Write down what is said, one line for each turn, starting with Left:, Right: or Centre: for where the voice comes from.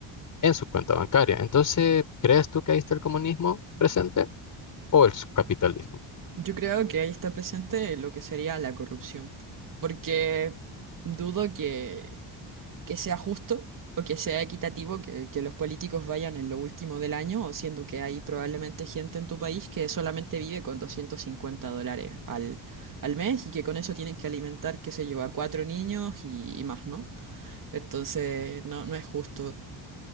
Left: en su cuenta bancaria. Entonces, ¿crees tú que ahí está el comunismo presente o el capitalismo?
Right: Yo creo que ahí está presente lo que sería la corrupción, porque dudo que que sea justo o que sea equitativo, que, que los políticos vayan en lo último del año, o siendo que hay probablemente gente en tu país que solamente vive con 250 dólares al, al mes y que con eso tienen que alimentar, qué sé yo, a cuatro niños y, y más, ¿no? Entonces, no, no es justo.